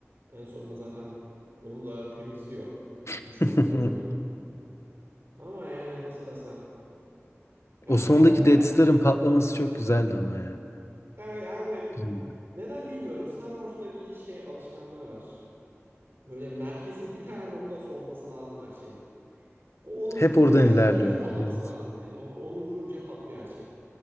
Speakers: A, on the right; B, on the left.
A: En sonunda zaten onu da temizliyor
B: <laughs>
A: düşman gördüğünü. Ama yani nasıl desem ya
B: O sondaki
A: Dark
B: Death Star'ın patlaması çok güzeldi ama ya.
A: ya- yani
B: Bilmiyorum.
A: neden bilmiyorum Star Wars'ta bir şey alışkanlığı var. Böyle merkezi bir tane noktası olması lazım her şeyin. O onu
B: Hep
A: vurdu
B: oradan
A: mu her şey
B: ilerliyor.
A: ile patlaması
B: Evet.
A: lazım yani. O onu vurunca patlıyor her şey.